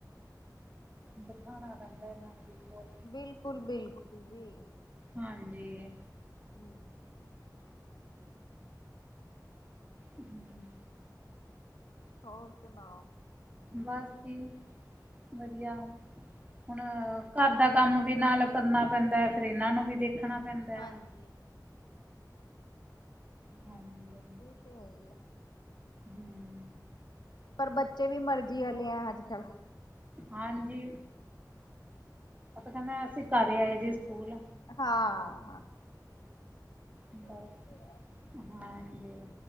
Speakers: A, on the right; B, on the left.
A: ਬਿਠਾਨਾ ਪੈਂਦਾ ਏਨਾਂ ਨੂੰ ਵੀ ਕੋਲ।
B: ਬਿਲਕੁਲ-ਬਿਲਕੁਲ ਜੀ,
A: ਹਾਂਜੀ,
B: <inaudible>
A: ਹੂੰ,
B: ਹੋਰ ਸੁਣਾਓ?
A: ਬਸ ਜੀ ਵਧੀਆ, ਹੁਣ ਘਰ ਦਾ ਕੰਮ ਵੀ ਨਾਲ ਕਰਨਾ ਪੈਂਦਾ ਫਿਰ ਇਹਨਾਂ ਨੂੰ ਵੀ ਦੇਖਣਾ ਪੈਂਦਾ
B: ਹਾਂਜੀ
A: ਐ। ਹਾਂਜੀ।
B: ਇਹ ਤੇ ਹੈ ਈ ਐ
A: ਹੂੰ,
B: ਪਰ ਬੱਚੇ ਵੀ ਮਰਜ਼ੀ ਆਲੇ ਆ ਅੱਜ ਕੱਲ੍ਹ
A: ਹਾਂਜੀ। ਉਹ ਤੇ ਕਹਿੰਦਾ ਅਸੀਂ ਕਰ ਆਏ ਜੀ ਸਕੂਲ।
B: ਹਾਂ।
A: ਬਸ,
B: ਉਹੀ ਤੇ ਹੈ।
A: ਹਾਂਜੀ।